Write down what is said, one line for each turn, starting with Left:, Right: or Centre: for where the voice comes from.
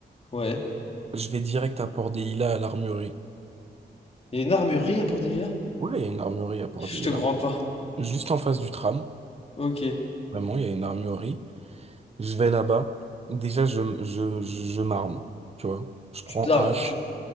Left: Ouais.
Right: Je vais direct à Port-Dehila à l'armurerie.
Left: Il y a une armurerie à Port-Delilah
Right: Ouais, il y a une armurerie à Port-Dehila.
Left: Je te crois pas.
Right: Juste en face du tram.
Left: Ok. Tu
Right: Vraiment, il y a une armurerie. Je vais là-bas. Déjà, je, je, je, je m'arme. Tu vois?
Left: Ah,
Right: Je prends
Left: t'armes.
Right: hache.
Left: Comme je-